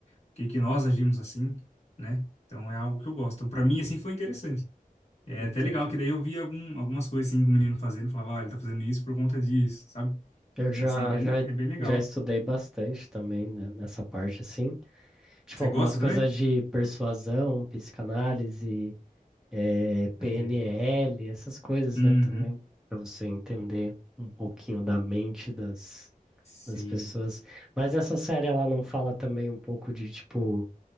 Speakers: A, on the left; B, in the centre.
A: porque que que nós agimos assim, né? Então é algo que eu gosto. Então, para mim assim foi interessante. É
B: Entendi.
A: até legal que daí eu vi algum, algumas coisas assim que o menino fazendo, falava, ó, ele tá fazendo isso por conta disso, sabe?
B: Eu já,
A: Então assim, é bem,
B: já,
A: le- é bem legal.
B: já estudei bastante também, né, nessa parte, assim. Tipo,
A: Você
B: algumas
A: gosta
B: coisas
A: também?
B: de persuasão, psicanálise é, PNL,
A: É.
B: essas coisas,
A: Uhum.
B: né, também, para você entender um pouquinho da mente das,
A: Sim.
B: das pessoas. Mas essa série, ela não fala também um pouco de, tipo,